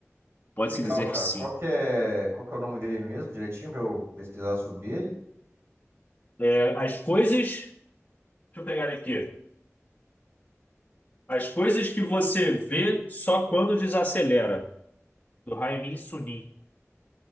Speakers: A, on the left; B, on the right.
A: Pode-se
B: Legal,
A: dizer
B: cara.
A: que sim.
B: Qual que é, qual que é o nome dele mesmo, direitinho, pra eu pesquisar sobre ele?
A: É, as coisas. Deixa eu pegar aqui. As coisas que você vê só quando desacelera, do Raimin Sunim.